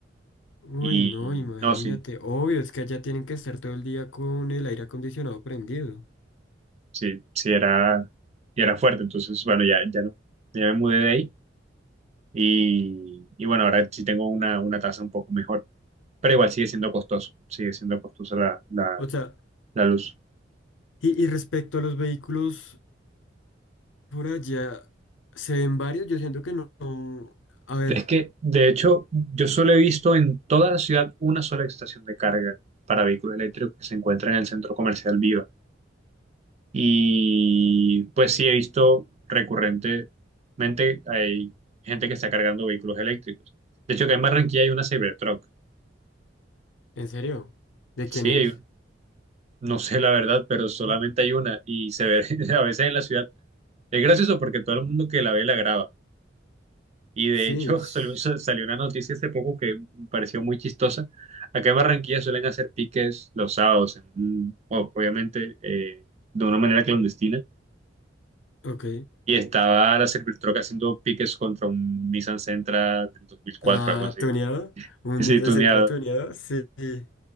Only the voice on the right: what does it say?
Y
no, sí,
sí, sí era, sí era fuerte. Entonces, bueno, ya, ya no, ya me mudé de ahí. Y, y bueno, ahora sí tengo una, una tasa un poco mejor, pero igual sigue siendo costoso, sigue siendo costosa la, la,
la luz.
Es que, de hecho, yo solo he visto en toda la ciudad una sola estación de carga para vehículos eléctricos que se encuentra en el centro comercial Viva. Y pues sí he visto recurrentemente hay gente que está cargando vehículos eléctricos. De hecho, que en Barranquilla hay una Cybertruck.
Sí,
hay No sé la verdad, pero solamente
hay una y se ve <laughs> a veces en la ciudad. Es gracioso porque todo el mundo que la ve la graba. Y de
hecho <laughs> salió,
salió una noticia hace poco que me pareció muy chistosa. Acá en Barranquilla suelen hacer piques los sábados, en un- o- obviamente eh, de una manera clandestina.
Y estaba la Servitroca haciendo piques contra un Nissan Sentra del 2004,
algo así.
<laughs>
Sí,
tuneado.